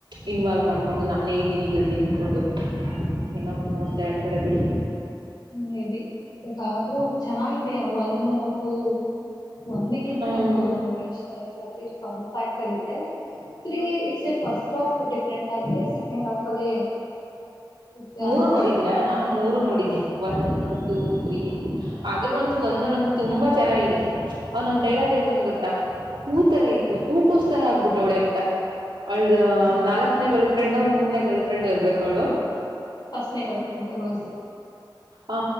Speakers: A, on the right; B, on the left.
A: ಇನ್ವಾಲ್ವ್ ಮಾಡ್ಕೊಂಡು ನಾನೇ ಇದ್ದೀನಿ ಇದ್ರಲ್ ದಿಂಕೊಂಡು. ಏನೊ ನೋಡ್ತಾ ಇರ್ತರೆ ಬಿಡಿ.
B: ಹ್ಮ ಮೆಬಿ ಬಟ್ ಆದ್ರೂ ಚೆನ್ನಾಗಿದೆ ಒನ್ನು ಟೂ. ಒನ್ಗಿಂತ
A: ಹ್ಮ್
B: ನಂಗ್ ಟು ತುಂಬಾ ಇಷ್ಟ ಆಯ್ತು ಅ ಫನ್ ಫ್ಯಾಕ್ಟರ್ ಇದೆ, three it's a first half different ಆಗಿದೆ ಸೊ ಸೆಕೆಂಡ್ ಹಾಫ್ ಅಲ್ಲಿ. ಇಟ್ಸ್
A: ಮೂರು
B: ಆಲ್ಮೋಸ್ಟ್
A: ನೋಡಿದೀರಾ ನಾನು ಮೂರು ನೋಡಿದ್ದೀನಿ. ಒನ್ ಟೂ ತ್ರೀ ಅಲ್ ಅದ್ರಲಂತು ಒನ್ ಅಲ್ ಅಂತೂ ತುಂಬಾ ಚೆನ್ನಾಗಿದೆ, ಅವ್ನ ಒಂದ್ ಡೈಲಾಗ್ ಹೇಳ್ತಾನೆ ಗೊತ್ತ ಹೂ ತರ ಇದ್ಲು ಹೂಕೋಸ್ತರ ಆಗ್ಬಿಟ್ ಟೊಳೆ ಅಂತ ಅವ್ಳದ್
B: ಹ್ಮ್
A: ನಾಲ್ಕನೆ ಗಲ್ಫ್ರೆಂಡೊ ಮೂ ಮೂರ್ನೇ ಗರ್ಲ್ ಫ್ರೆಂಡೊ ಇರ್ಬೇಕು ಅವ್ಳು.
B: ಫಸ್ಟ್ನೇ ಗಿರ್ಲ್ಫ್ರೆಂಡು ರೋಸ್.
A: ಹ